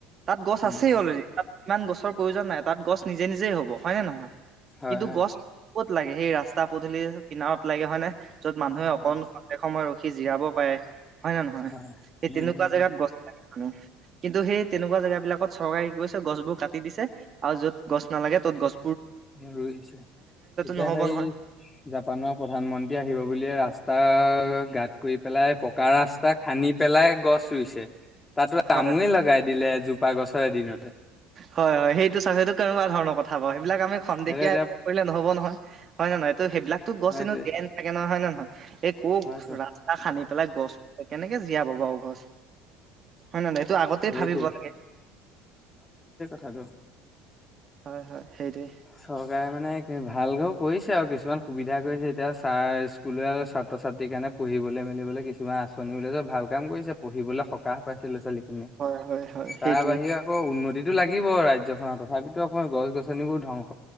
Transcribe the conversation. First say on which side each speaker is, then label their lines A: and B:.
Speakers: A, on the right; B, on the left.
A: তাত গছ
B: উম
A: আছেই
B: উম
A: অলৰেডি তাত। ইমান গছৰ প্ৰয়োজন নাই তাত গছ নিজে নিজেই হ'ব হয়নে নহয়
B: হয়
A: কিন্তু
B: হয়
A: গছ কত। লাগে সেই ৰাস্তা পদূলি কিনাৰত লাগে হয় নে য'ত মানুহে
B: হয়
A: অকন। সময় ৰখি জিৰাব পাৰে হয় নে নহয়
B: হয়
A: সেই
B: উম
A: তেনেকোৱা
B: উম
A: জোগাত গছ লাগে। কিন্তু সেই তেনেকোৱা জেগা বিলাকত চৰকাৰে কি কৈছে গছ বোৰ কাটি দিছে আৰু য'ত গছ নালাগে তত গছ
B: ৰোইছে তেতিয়া
A: নহ'ব
B: সেই
A: নহয়
B: জাপানৰ প্ৰধানমন্ত্ৰী আহিব বুলিয়ে ৰাস্তা গাত কৰি পেলাই পকা ৰাস্তা খান্দি পেলাই গছ ৰোইছে। তাতো
A: হয়
B: আমোয়ে লগাই দিলে এজোপা গছৰ এদিনতে
A: হয় হয় সেইটো চা সেইটো কেনেকোৱা ধৰণৰ কথা বাও সেইবিলাক আমি খন্তেকীয়া
B: সেইটো এতিয়া
A: এটা কৰিলে নহ'ব নহয় হয়নে নহয়। ত' সেইবিলাকতো গছ
B: সেইটোৱে
A: এনো জীয়াই নাথাকে নহয় হয় নে নহয়। এই কওক
B: হয়তো
A: ৰাস্তা খান্দি পেলাই গছ কেনেকে জীয়াব বাৰু গছ। হয়নে নহয় এইটো আগতেই
B: সেইটোৱে
A: ভাবিব লাগে।
B: হয়তো।
A: হয় হয় সেইটোৱে।
B: চৰকাৰে মানে ভালকেও কৰিছে আৰু কিছুমান সুবিধা কৰিছে এতিয়া ছাৰ স্কুলে ছাত্ৰ ছাত্ৰীৰ কাৰণে পঢ়িবলৈ। মেলিবলৈ কিছুমান আঁচনি ওলাইছে ভাল কাম কৰিছে পঢ়িবলৈ সকাহ পাইছে ল'ৰা ছোৱালী। তাৰ
A: হয় হয় হয় সেইটোৱে।
B: বাহিৰে আকৌ। উন্নতিটো লাগিব ৰাজ্যখনৰ তথাপিতো অকৌ গছ গছনিবোৰ ধংস।